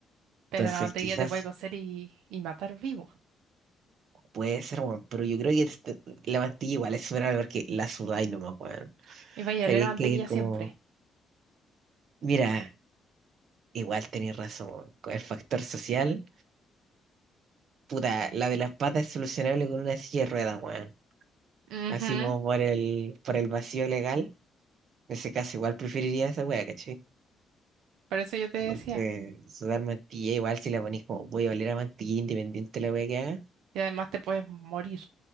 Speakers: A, on the right; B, on the right.
A: Pero
B: Entonces
A: la mantequilla
B: quizás
A: te puede cocer y, y matar vivo.
B: puede ser, weón, pero yo creo que este- la mantilla igual es superable porque la sudáis nomás, weón.
A: Y vais a
B: Hay
A: oler a mantequilla
B: que ir como,
A: siempre.
B: mira, igual tenéis razón, weón. Con el factor social, puta, la de las patas es solucionable con una silla de ruedas, weón.
A: Ujú,
B: Así como por el, por el vacío legal, en ese caso igual preferiría esa weá, ¿cachai?
A: Por eso yo te decía.
B: Porque sudar mantilla igual si la ponís como voy a oler a mantilla independiente de la weá que haga.
A: Y además te puedes morir.